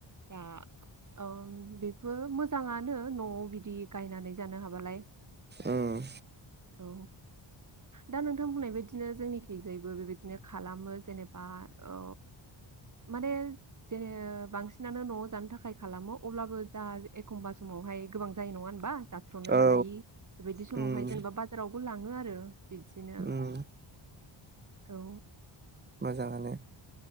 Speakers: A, on the right; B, on the right.
A: दा ओ बेफोर मोजाङानो न'आव बिदि गायनानै जानो हाबालाय
B: ओम
A: औ दा नोंथां बुंनायबायदिनो जोंनिखैजायबो बेबायदिनो खालामो जेनेबा औ माने जेने बांसिनानो न'आव जानो थाखाय खालामो अब्लाबो जा एखमबा समावहाय गोबां जायो नङा होनबा? जाथ्र'नो
B: औ
A: हालायि बेबायदि समावहाय
B: उम
A: जेनेबा बाजाराव खौ लाङो आरो बिदिनो
B: उम
A: औ
B: मोजाङानो